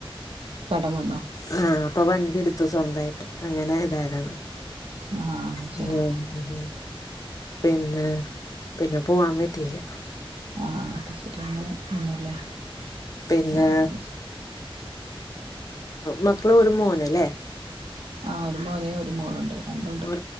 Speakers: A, on the right (about 75°); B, on the left (about 35°).
A: കടം വന്നോ
B: ആഹ അപ്പൊ വണ്ടി എടുത്തു സ്വന്തമായിട്ട് അങ്ങനെ ഇതായതാണ്.
A: ആഹ് അത്
B: ആഹ്
A: ശരി
B: ആഹ് പിന്നെ പിന്നെ പോവാൻ പറ്റീല്ല
A: ആഹ് അത് ശരി അങ്ങനെ ഒന്നുംല്ലേ
B: പിന്നെ
A: ആഹ് അത് ശരി
B: മക്കള് ഒരു മോനല്ലേ
A: ആഹ് ഒരു മോനും ഒരു മോളുണ്ട്. രണ്ടുണ്ട്
B: ഓ